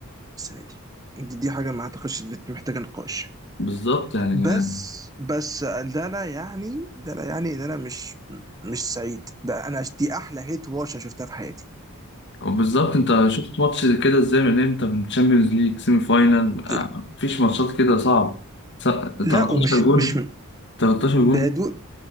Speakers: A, on the right; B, on the left.
A: السنة دي دي, دي حاجة ما أعتقدش إن محتاجة نقاش
B: بالظبط يعني
A: بس
B: يعني-
A: بس ده لا يعني ده لا يعني ان انا مش مش سعيد ده انا دي احلى هيت واتش أنا شفتها في حياتي
B: وبالظبط انت شفت ماتش كده ازاي من امتى من تشامبيونز ليج سيمي فاينال آه
A: ده
B: مفيش ماتشات كده صعب س- 13
A: لا ومش
B: جون
A: مش
B: 13
A: بدون
B: جون